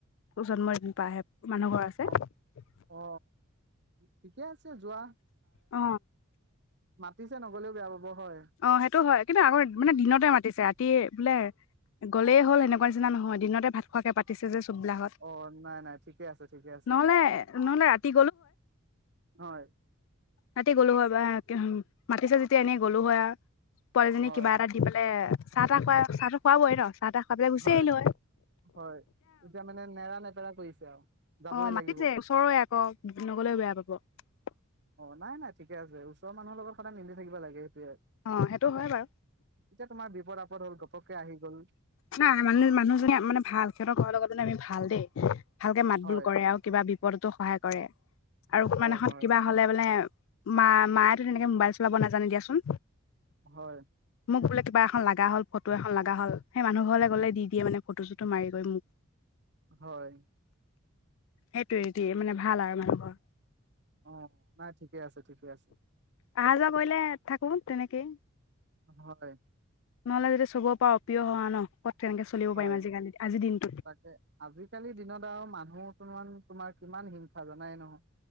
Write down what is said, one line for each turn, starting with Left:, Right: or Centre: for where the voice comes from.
Left: টো জন্মৰদিন পৰাহে মানুহ ঘৰ আছে
Right: অ অ ঠিকে আছে যোৱা
Left: অ
Right: ম <inaudible> দিছে নগলেও বেয়া পাব হয়
Left: অ সেইটো হয় কিন্তু আগৰ মানে দিনতে মাতিছে ৰাতি বোলে গলেই হ'ল এনেকুৱা নিচিনা নহয় দিনতে ভাত খোৱাকে পাতিছে যে চববিলাকত
Right: অ নাই নাই ঠিকে আছে ঠিকে আছে
Left: নহ'লে নহ'লে ৰাতি
Right: হয়
Left: ৰাতিতে গ'লো হয় বা মাতি চা যেতিয়া এনেই গলো হয় অ পোৱালি জনীক
Right: হয়
Left: কিবা এটা দি পেলে চাহ তাহ খুৱা চাহ টো খুৱাবই ন চাহ তাহ খুৱাই পেলাই গুচি
Right: হয়
Left: আহিলো
Right: হয় এতিয়া মানে নেৰা নেপেৰা কৰিছে আৰু যাবই
Left: অ মাতিছে
Right: লাগিব
Left: ওচৰৰে আকৌ নগলেও বেয়া পাব
Right: অ নাই নাই থিকে আছে ওচৰ মানুহৰ লগত সদায় মিলি থাকিব লাগে। সেইটোৱে
Left: অ সেইটো হয় বাৰু
Right: এতিয়া তোমাৰ বিপদ আপদ হ'ল ঘপককে আহি গ'ল
Left: নাই ম মানুহজনী মানে ভাল সিহঁতৰ ঘৰৰ লগত আমি ভাল দেই ভালকে মাত
Right: হয়
Left: বোল কৰে আৰু কিবা বিপদতো সহায় কৰে আৰু কোনোবা
Right: হয়
Left: দিনা খনা
Right: হয়
Left: কিবা হ'লে মানে মা মায়ে তো তেনেকে মোবাইল চলাব নাজানে দিয়াচোন
Right: হয়
Left: মোক বোলে কিবা এখন লগা হ'ল ফটো এখন লগা হ'ল সেই মানুহ ঘৰলে গ'লে দি দিয়ে মানে ফটো চটো মাৰি কৰি মোক
Right: হয়
Left: সেইটোটে মানে ভাল আৰু মানুহৰ
Right: অ নাই ঠিক থিকে আছে ঠিকে আছে
Left: অহা যোৱা কৰিলে থাকো তেনেকেই
Right: হয়
Left: নহ'লে যেতিয়া চব পা অপ্ৰিয় হা ন ক'ত কেনেক চলিব
Right: হয়
Left: পাৰিম আজিকালি আজি দিন
Right: তাকে আজিকালি দিনত আৰু মানুহ অকমান তোমাৰ কিমান হিংসা জনাই নহয়